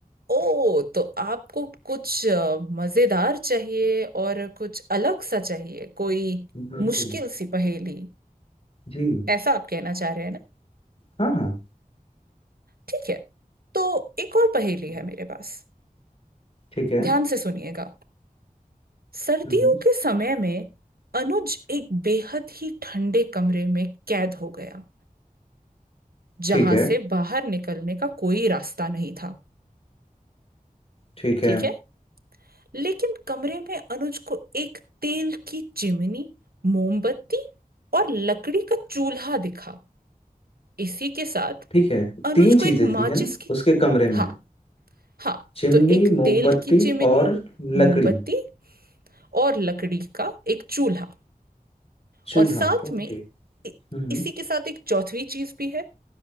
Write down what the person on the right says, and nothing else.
ओ तो आपको कुछ अ, मजेदार चाहिए और कुछ अलग सा चाहिए कोई
मुश्किल सी पहेली
ऐसा आप कहना चाह रहे हैं ना
ठीक है तो एक और पहेली है मेरे पास
ध्यान से सुनिएगा सर्दियों
के समय में अनुज एक बेहद ही ठंडे कमरे में कैद हो गया
जहां
से बाहर निकलने का कोई रास्ता नहीं था
ठीक
है लेकिन कमरे में अनुज को एक तेल की चिमनी मोमबत्ती और लकड़ी का चूल्हा दिखा इसी के साथ
अनुज
को
एक माचिस
की
हाँ
हाँ
तो एक
तेल की चिमनी
मोमबत्ती
और लकड़ी का एक चूल्हा
और साथ
में इ-
इसी के साथ एक चौथी चीज भी है